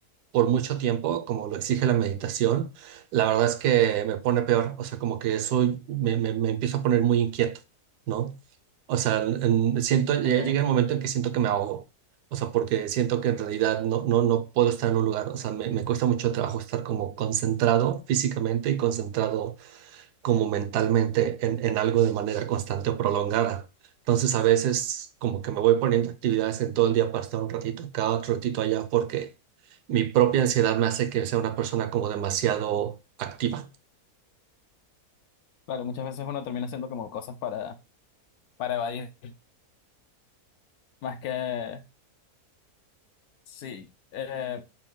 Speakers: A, on the right; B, on the left.
A: por mucho tiempo, como lo exige la meditación, la verdad es que me pone peor. O sea, como que eso me, me, me empiezo a poner muy inquieto, ¿no? O sea, en- siento, ya
B: Ok,
A: llega el momento en que siento que me ahogo. O sea, porque siento que en realidad no, no, no puedo estar en un lugar. O sea, me, me cuesta mucho trabajo estar como concentrado físicamente y concentrado como mentalmente en, en algo de manera constante o prolongada. Entonces a veces como que me voy poniendo actividades en todo el día para estar un ratito acá, otro ratito allá, porque mi propia ansiedad me hace que sea una persona como demasiado activa.
B: claro, muchas veces uno termina haciendo como cosas para, para evadir, más que sí. Eh,